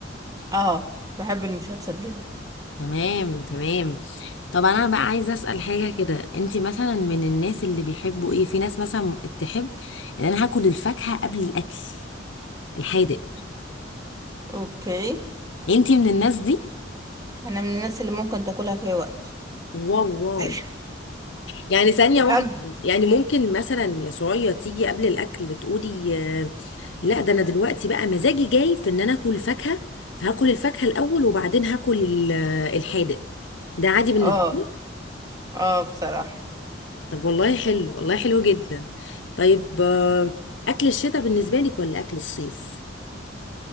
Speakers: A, on the right; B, on the left.
A: اه بحب المشطشط جدا
B: تمام تمام طب انا بقى عايزه اسال حاجه كده انت مثلا من الناس اللي بيحبوا ايه في ناس مثلا تحب ان انا هاكل الفاكهه قبل الاكل الحادق
A: اوكي
B: انت من الناس دي
A: انا من الناس اللي ممكن تاكلها في اي وقت
B: واو واو
A: <laughs>
B: يعني ثانية
A: أب-
B: واحدة يعني ممكن مثلا يا سعية تيجي قبل الأكل تقولي آه، لا ده أنا دلوقتي بقى مزاجي جاي في إن أنا آكل فاكهة فهاكل الفاكهة الأول وبعدين هاكل ال- آه، الحادق ده عادي بالنسبة
A: اه
B: لي
A: اه بصراحة
B: طب والله حلو والله حلو جدا طيب آه، أكل الشتاء بالنسبة لك ولا أكل الصيف؟